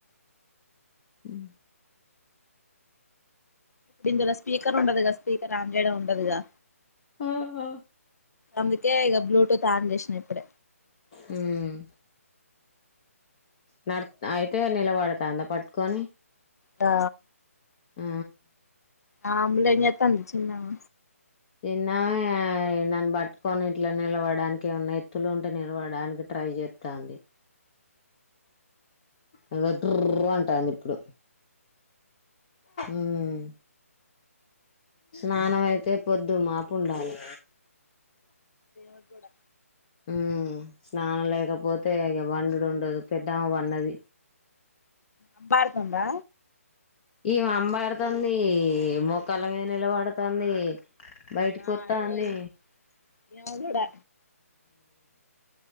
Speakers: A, on the left (about 30°); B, on the left (about 85°).
A: హ్మ
B: ఇప్పుడు ఇందులో స్పీకర్ ఉండదుగా స్పీకర్ ఆంంద్రయడం ఉండదుగా
A: ఓహో
B: అందుకే ఇక బ్లూటూత్ ఆన్ చేసిన ఇప్పుడు
A: మ్మ్ న అయితే నిలబడతాందా పట్టుకొని
B: ఆ
A: ఆ
B: ఆ అబలే ఎత అంది చిన్నవా
A: చిన్నమే నన్ను పట్టుకొని ఇట్లా నిలవడానికి ఏమన్నా ఎత్తులు ఉంటే నిలవడానికి ట్రై చేస్తాంది ఇదుగో టూర్ అంటుంది ఇప్పుడు మ్మ్ స్నానం అయితే పొద్దు మాపు ఉండాలి
B: అ కూడా
A: ఉ స్నానం లేకపోతే ఇక బండుడు ఉండదు పెద్దమ వన్నది
B: అబారతందా
A: ఈ అంబడుతుంది మొక్కల మీద నిలబడుతుంది బయటికి
B: ఆ
A: వస్తా
B: ఏదో
A: అనీ
B: ఈమె కూడా